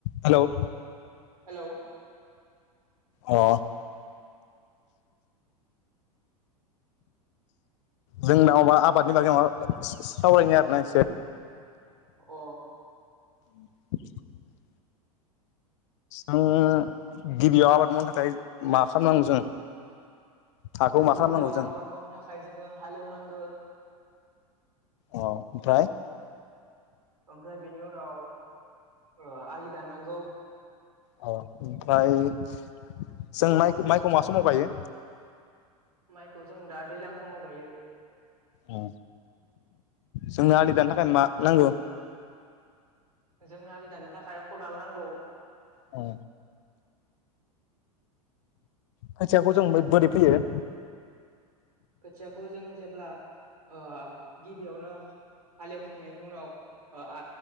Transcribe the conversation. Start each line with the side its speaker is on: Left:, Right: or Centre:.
Left: हेल'।
Right: हेलौ।
Left: अ। जोंनावबा आबादनि बागै मा सावरायनि आरोना एसे।
Right: अ।
Left: <inaudible> जों गिबियाव आबाद मावनो थाखाय मा खामनांगौ जों। हाखौ
Right: जों
Left: मा खालामनांगौ
Right: गिबियाव
Left: जों
Right: आबाद मावनो थाखाय जोङो हालेवनांगो।
Left: अ ओमफ्राय।
Right: ओमफ्राय बेनि उनाव ओ आलि दाननांगौ।
Left: अ ओमफ्राय जों माइ माइखौ माबा समाव गायो।
Right: माइखौ जों दा दैलां खमाव गायो।
Left: उ जोंनो आलि दानो थाखाय मा नांगौ। <inaudible>
Right: जोंनो आलि दाननो थाखाय खदाल नांगौ।
Left: औ। खोथियाखौ जों बोरै फैयो।
Right: खोथियाखौ जों जेब्ला ओ गिबियावनो। हाले एवखांनायनि उनाव